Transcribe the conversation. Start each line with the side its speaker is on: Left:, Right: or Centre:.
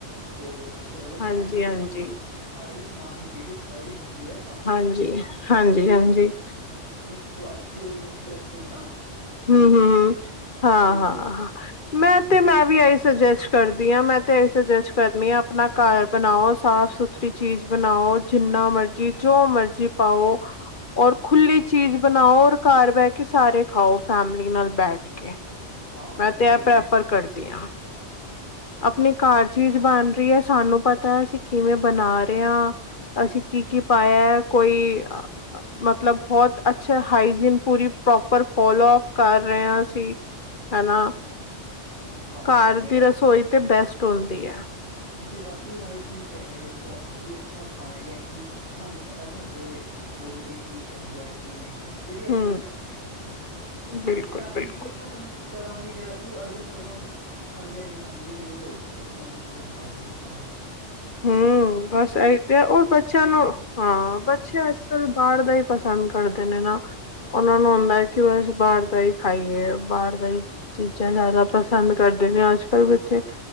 Right: ਦੋ ਦੋ ਸਾਲ ਚਲੋ ਪਰ
Left: ਹਾਂਜੀ
Right: ਇੰਝ ਨੀ
Left: ਹਾਂਜੀ
Right: ਹੁੰਦਾ ਐਕਸਪਾਇਰੀ ਸਮਾਨ ਦੀ ਵੀ ਐਕਸਪਾਇਰੀ ਹੁੰਦੀ ਐ
Left: ਹਾਂਜੀ ਹਾਂਜੀ ਹਾਂਜੀ
Right: ਉਹ ਅੱਛੀ ਉਹਦੇ ਵਿੱਚ ਰੱਖਦੇ ਹੋ ਨਾ ਸਟੋਰ
Left: ਹੂੰਮ ਹੂੰਮ
Right: ਕਰਕੇ
Left: ਹੂੰਮ
Right: ਅੱਛੇ
Left: ਹਾਂ
Right: ਉਸਮੇ
Left: ਹਾਂ
Right: ਰੱਖਦੇ
Left: ਮੈਂ ਤੇ ਮੈਂ ਵੀ ਇਹੀ ਸੁਜੈਸਟ ਕਰਦੀ ਹਾਂ ਮੈਂ ਤੇ ਇਹੀ ਸੁਜੈਸਟ ਕਰਨੀ ਆ ਆਪਣਾ ਘਰ ਬਣਾਓ ਸਾਫ਼ ਸੁਥਰੀ ਚੀਜ਼ ਬਣਾਓ ਜਿੰਨਾ ਮਰਜ਼ੀ ਜੋ ਮਰਜ਼ੀ ਪਾਓ ਔਰ ਖੁੱਲੀ ਚੀਜ਼ ਬਣਾਓ ਔਰ ਘਰ ਬਹਿ ਕੇ ਸਾਰੇ ਖਾਓ ਫੈਮਲੀ ਨਾਲ ਬੈਠ ਕੇ
Right: ਹਾਂ
Left: ਮੈਂ
Right: ਉਹ ਤਾਂ
Left: ਤੇ
Right: ਹੈ ਹੀ
Left: ਇਹ ਪ੍ਰੈਫਰ
Right: ਫਿਰ
Left: ਕਰਦੀ ਹਾਂ ਆਪਣੀ ਘਰ ਚੀਜ਼ ਬਣ ਰਹੀ ਹੈ ਸਾਨੂੰ ਪਤਾ ਅਸੀਂ ਕਿਵੇਂ ਬਣਾ ਰਹੇ ਆ ਅਸੀਂ ਕੀ ਕੀ ਪਾਇਆ ਕੋਈ ਮਤਲਬ ਬਹੁਤ ਅੱਛੇ ਹਾਈਜੀਨ ਪੂਰੀ ਪ੍ਰੋਪਰ ਫੋਲੋ ਅਪ ਕਰ ਰਹੇ ਆ ਅਸੀਂ ਹਨਾ
Right: ਹਾਂ
Left: ਘਰ
Right: ਤੇ
Left: ਦੀ ਰਸੋਈ ਤੇ ਬੈਸਟ ਹੁੰਦੀ ਐ
Right: ਜਦੋਂ ਅਸੀਂ ਹਾਈਜੀਨ ਰਹਗੇ ਦੇਖੋ ਅਸੀਂ ਅੱਛਾ ਖਾਏਗੇ ਅਸੀਂ ਸਾਨੂੰ ਪਤਾ ਸਾਡੇ ਬੋਡੀ ਲਈ ਕੀ ਚੰਗਾ ਹੈ ਕੀ ਨਹੀਂ ਜਿਹਦੀ ਅਸੀਂ
Left: ਹੂੰ
Right: ਬੱਚਿਆਂ ਨੂੰ ਦੇਖ ਸਕਦੇ ਨੇ
Left: ਬਿਲਕੁਲ
Right: ਜਿਹੜਾ ਅਸੀਂ
Left: ਬਿਲਕੁਲ
Right: ਨਹੀਂ ਉਹ ਕਰਾਂਗੇ ਜਦ ਅਸੀਂ ਅਰਗਮ ਸੜਗਮ ਖਾਂਦੇ ਰਹਿੰਗੇ ਖਾਂਦੇ ਰਹਿੰਗੇ ਤੇ ਉਹ ਸਿਰ ਮੰਗ ਲਗੇ ਹਾਂ ਅਸੀਂ ਵੀ ਖਾਵਾਂਗੇ
Left: ਹੂੰਮ ਬਸ ਆ ਉਹਰ ਬੱਚਿਆਂ ਨੂੰ ਹਾਂ ਬੱਚੇ ਅੱਜ ਕੱਲ ਬਾਹਰ ਦਾ ਹੀ ਪਸੰਦ ਕਰਦੇ ਨੇ ਨਾ ਉਹਨਾਂ ਨੂੰ ਹੁੰਦਾ ਕਿ ਬਸ ਬਾਹਰ ਦਾ ਹੀ ਖਾਈਏ ਬਾਹਰ ਦਾ ਹੀ ਚੀਜ਼ਾਂ ਜ਼ਿਆਦਾ ਪਸੰਦ ਕਰਦੇ ਨੇ ਅੱਜ ਕੱਲ੍ਹ ਬੱਚੇ